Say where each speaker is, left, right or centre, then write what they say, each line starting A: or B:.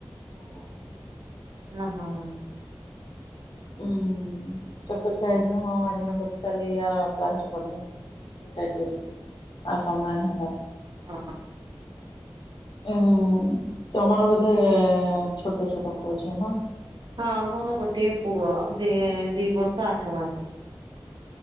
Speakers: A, on the left (about 60°); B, on the right (about 60°).
A: ଭଲ ହେଲା।
B: ନାଇ ହୁଁ।
A: ଉଁ। ଛୋଟ ଛୁଆ ହେଇଛିନି ହଁ ଆଜି ନ ପଢିଚି କାଲି ଆର କ୍ଲାସ ରେ ପଢ଼ିବ କାଇଁ ଟାଇଟ କରିବି। ଆଉ ସମୟ ନାହିଁ ତାର।
B: ହଁ।
A: ଉଁ ତମର ବୋଧେ ଛୋଟ ଛୋଟ ପୁଅ ଝିଅ ନା।
B: ହଁ ମୋର ଗୋଟଏ ପୁଅ ଦି ଦି ବର୍ଷ ଆଠ ମାସ।